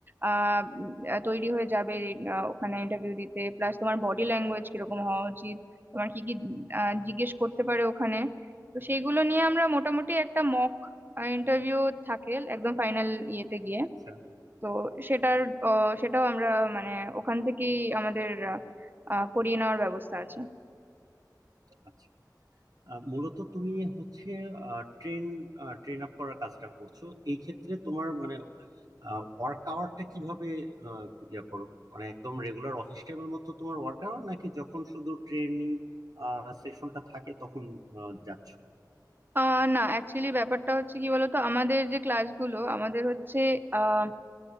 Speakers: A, on the right; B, on the right.
A: আহ উম, আহ, তৈরি হয়ে যাবে আহ, ওখানে ইন্টারভিউ দিতে প্লাস তোমার বডি ল্যাঙ্গুয়েজ কিরকম হওয়া উচিত তোমার কি কি আহ, জিজ্ঞেস করতে পারে ওখানে তো সেইগুলো নিয়ে আমরা মোটামুটি একটা মক ইন্টারভিউ থাকে একদম ফাইনাল ইয়েতে গিয়ে
B: আচ্ছা
A: তো সেটার আহ, সেটাও আমরা মানে ওখান থেকেই আমাদের আহ, আহ, করিয়ে নেওয়ার ব্যবস্থা আছে
B: আচ্ছা আহ, মূলত তুমি হচ্ছে ট্রেন ট্রেন আপ করার কাজটা করছো এই ক্ষেত্রে তোমার মানে ওয়ার্ক আওয়ারটা কিভাবে আহ, ইয়ে করো মানে একদম রেগুলার অফিস টাইমের মতো তোমার ওয়ার্ক আওয়ার নাকি যখন শুধু ট্রেনিং সেশনটা থাকে তখন আহ, যাচ্ছ
A: আহ না অ্যাকচুয়ালি ব্যাপারটা হচ্ছে কি বলতো আমাদের যে ক্লাসগুলো আমাদের হচ্ছে আহ